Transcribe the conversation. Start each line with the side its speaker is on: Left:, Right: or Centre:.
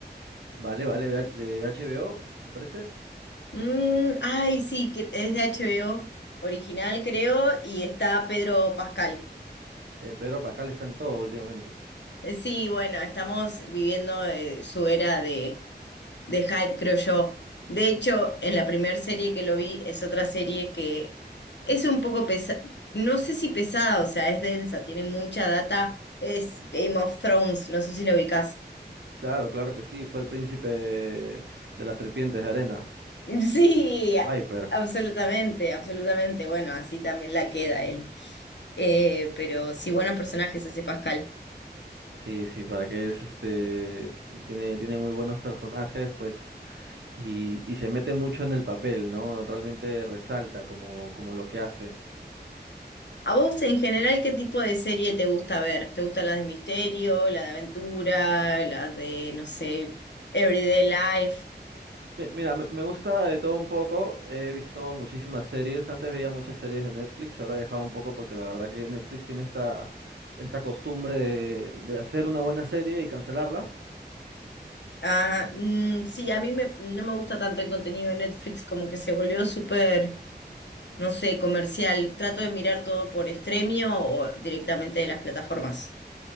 Right: Vale, vale, de, H- de HBO, me parece.
Left: Mm, ay, sí, que- es de HBO original, creo, y está Pedro Pascal.
Right: Eh, Pedro Pascal está en todo últimamente.
Left: Eh, Sí, bueno, estamos viviendo eh, su era de hype, creo yo. De hecho, en la primera serie que lo vi es otra serie que es un poco pesada, no sé si pesada, o sea, es densa, tiene mucha data, es Game of Thrones, no sé si lo ubicás.
Right: Claro, claro que sí, fue el príncipe de las serpientes de arena.
Left: <laughs> Sí,
Right: Viper.
Left: absolutamente, absolutamente. Bueno, así también la queda él. Eh, pero sí, buenos personajes hace Pascal.
Right: Sí, sí, para que es este. Tiene, tiene muy buenos personajes, pues y, y se mete mucho en el papel, ¿no? Realmente resalta como, como lo que hace.
Left: ¿A vos en general qué tipo de serie te gusta ver? ¿Te gustan las de misterio, las de aventura, las de, no sé, Everyday Life?
Right: Mi- Mira, me me gusta de todo un poco, he visto muchísimas series, antes veía muchas series de Netflix, ahora he dejado un poco porque la verdad que Netflix tiene esta, esta costumbre de, de hacer una buena serie y cancelarla.
Left: Ah, mm, sí, a mí me, no me gusta tanto el contenido de Netflix, como que se volvió súper, no sé, comercial. Trato de mirar todo por Stremio o directamente de las plataformas.